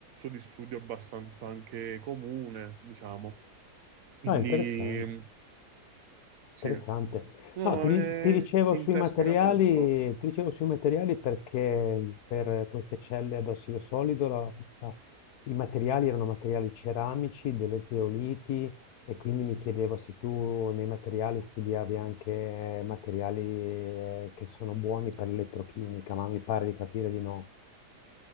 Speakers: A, on the right (about 65°); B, on the left (about 70°).
A: di studio abbastanza anche comune, diciamo. Quindi
B: Ah, interessante,
A: mh, sì,
B: interessante.
A: No,
B: No, ti di
A: eh,
B: ti dicevo
A: si
B: sui
A: interseca
B: materiali
A: molto.
B: ti dicevo sui materiali perché per queste celle ad ossido solido la la i materiali erano materiali ceramici, delle zeoliti e quindi mi chiedevo se tu nei materiali studiavi anche materiali, ehm, che sono buoni per l'elettrochimica, ma mi pare di capire di no.